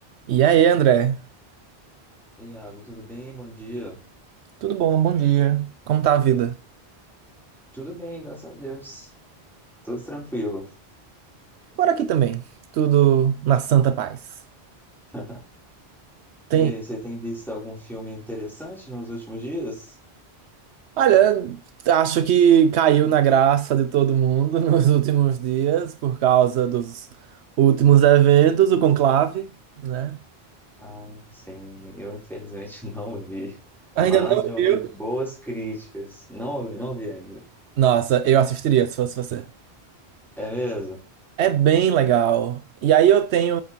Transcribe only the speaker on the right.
E aí, André?
Tudo bom? Bom dia. Como tá a vida?
Por aqui também. Tudo na santa paz.
Tem.
Olha, acho que caiu na graça de todo mundo <laughs> nos últimos dias por causa dos últimos eventos, o conclave, né?
Ainda
não
viu?
Nossa, eu assistiria se fosse você.
É bem legal. E aí eu tenho,